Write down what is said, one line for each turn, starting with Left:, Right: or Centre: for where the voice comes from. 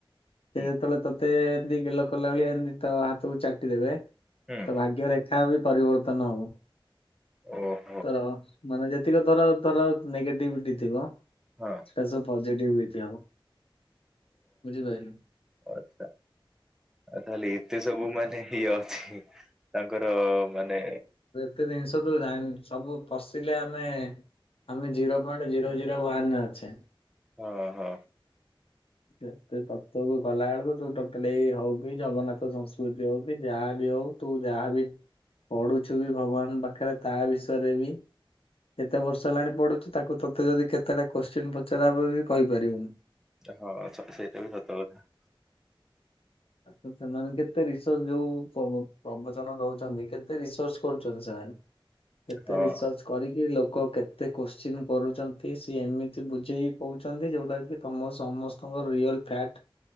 Left: ସେ
Centre: ହୁଁ
Left: ଯେତେବେଳେ ତତେ ଏମିତ୍ ଗେଲ କଲା ଭଳିଆ ଏମିତି ତ ହାତକୁ ଚାଟି ଦେବେ
Centre: ହୁଁ
Left: ତ ଭାଗ୍ୟ ରେଖା ବି ପରିବର୍ତ୍ତନ ହବ।
Centre: ଓ।
Left: ତର ମାନେ ଯେତିକି ତର ତର ନେଗେଟିଭିଟି ଥିବ।
Centre: ହଁ।
Left: ସେଟା ସବୁ ପଜିଟିଭିଟି ହବ ବୁଝିପାଇଲୁ।
Centre: ଆଛା ଆଉ ତାହେଲେ ଏତେ ସବୁ ମାନେ ଇଏ ଅଛି। ତାଙ୍କର ମାନେ
Left: ଗୋଟେ ଜିନିଷ କୁ ଜାଣୁ ସବୁ ପଶିଲେ ଆମେ ଆମେ zero point zero zero one ରେ ଅଛେ।
Centre: ଓ ହ।
Left: ଏତେ ତତ୍ଵ କୁ ଗଲା ବେଳକୁ ତୁ ଟୋଟାଲି ଏଇ ହଉ କି ଜଗନ୍ନାଥ ସଂସ୍କୃତି ହଉ କି ଯାହା ବି ହଉ। ତୁ ଯାହା ବି ପଢୁଛୁ ବି ଭଗବାନ ପାଖରେ ତା ବିଷୟରେ ବି କେତେ ବର୍ଷ ହେଲାଣି ପଡୁଛି ତାକୁ ତୋତେ ଯଦି କେତେଟା କୋଶ୍ଚିନ୍ ପଚାରା ହବ ବି କହିପାରିବୁନି।
Centre: ହଁ ଆଚ୍ଛା ସେଇଟା ବି ସତ କଥା।
Left: ସେମାନେ କେତେ ରିସର୍ଚ ଯୋଉ ପବ ପ୍ରବଚନ ଦଉଛନ୍ତି କେତେ ରିସର୍ଚ୍ଚ କରୁଛନ୍ତି ସେମାନେ। କେତେ
Centre: ହଁ
Left: ରିର୍ସଚ କରିକି ଲୋକ କେତେ କୋଶ୍ଚିନ୍ କରୁଛନ୍ତି ସିଏ ଏମିତି ବୁଝେଇ କଉଛନ୍ତି ଯେ ଯେଉଁଟାକି ତମ ସମସ୍ତଙ୍କ ରିଅଲ ଫ୍ୟାଟ